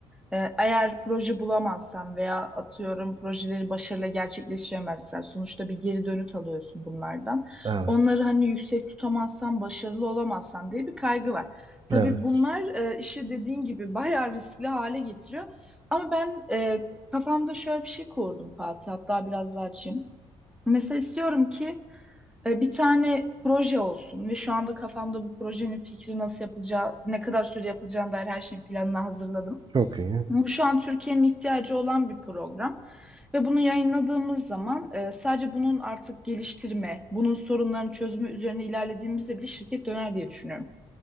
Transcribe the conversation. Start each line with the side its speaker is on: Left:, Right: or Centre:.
Centre: e, eğer proje bulamazsan veya atıyorum projeleri başarıyla gerçekleştiremezsen sonuçta bir geri dönüt alıyorsun bunlardan.
Right: Evet.
Centre: Onları hani yüksek tutamazsan başarılı olamazsan diye bir kaygı var. Tabii
Right: Evet.
Centre: bunlar e, işi dediğin gibi bayağı riskli hale getiriyor. Ama ben e, kafamda şöyle bir şey kurdum Fatih hatta biraz daha açayım. Mesela istiyorum ki e, bir tane proje olsun ve şu anda kafamda bu projenin fikri nasıl yapılacağı, ne kadar süre yapılacağına dair her şeyin planını hazırladım.
Right: Çok iyi.
Centre: Bu şu an Türkiye'nin ihtiyacı olan bir program. Ve bunu yayınladığımız zaman e, sadece bunun artık geliştirme, bunun sorunların çözümü üzerine ilerlediğimizde bile şirket döner diye düşünüyorum.